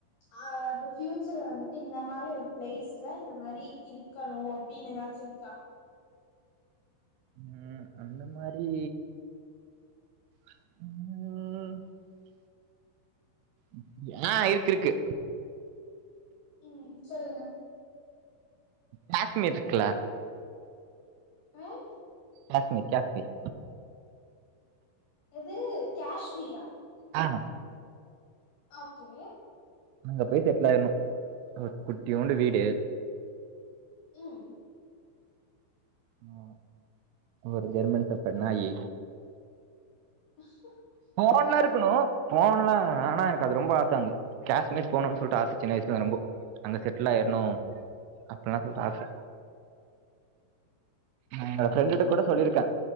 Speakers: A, on the left; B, on the right.
A: ஆ பியூச்சர்ல வந்துட் டு இந்த மாரி ஒரு பிளேஸ்ல இந்த மாரி இருக்கணு அப்டின்னு ஏதாச்சு இருக்கா
B: ம் அந்த மாரி ம் அப்டியா ஆ இருக்கு இருக்கு
A: ம் சொல்லுங்க
B: கேஷ்மீர் இருக்குல
A: ம்
B: கேஷ்மீர் கேஷ்மீர்
A: எது கேஷ்மீரா
B: ஆ
A: ஓகே
B: அங்க போய் செட்லாயிரனு குட்டியூண்டு வீடு
A: ம்
B: அ ஒரு ஜெர்மன் ஷெப்பர்ட்டு நாயி
A: <inaudible>
B: ஃபோன்லா
A: ஆ
B: இருக்கணு ஃபோன்ல்லா ஆனா எனக்கு அது ரொம்ப ஆச அங்க கேஷ்மீர் போணுன்னு சொல்ட்டு ஆச சின்ன வயசுலருந்து ரொம்போ அங்க செட்லாயிரணு அப்படெல்லா சொல்ட்டு ஆச
A: ம்
B: என்னோட ஃப்ரெண்டுட்ட
A: ம்
B: கூட சொல்லியிருக்க